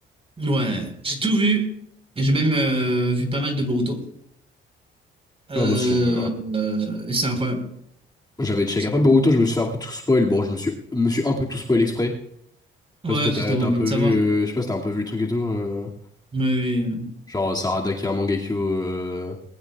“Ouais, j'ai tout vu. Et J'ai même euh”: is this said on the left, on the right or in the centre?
Right